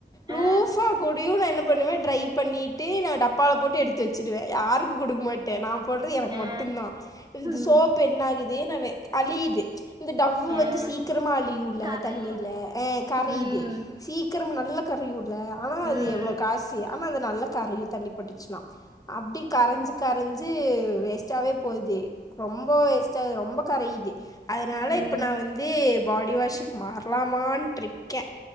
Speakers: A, on the left; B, on the right.
A: லூஃபா
B: ஆ
A: குடியூன் நா என்னப் பண்ணுவே ட்ரை பண்ணிட்டு நான் டப்பால போட்டூ எடுத் த்து வச்சுருவே யாருக்கு கொடுக் மாட் <unintelligible> போட்றது எனக்கு
B: ஆ
A: மட்டுந்தா இது து
B: ம்
A: சோப் என்னாகுத் வேன்னவே அலியிது இந்த டவ்வு
B: ஆ
A: வந்து சீக்குரமா அழியுல்ல
B: கரையு
A: தண்ணி ஆஹ் கரையுது
B: ம்
A: சீக்கிரம் நல்ல <unintelligible> <unintelligible> ஆனா அது
B: ம்
A: எவ்வளோ காசி ஆனா அது நல்ல கரையு தண்ணி பட்டுச்சுனா அப்டி கரைஞ்சு கரைஜ் து வேஸ்டாவே போகுது ரொம்ப வேஸ்ட்டாது ரொம்ப கரையீது அதனால
B: ம்
A: இப்ப நா வந்து பாடி வாஷ்கு <unintelligible> மான்றிக்க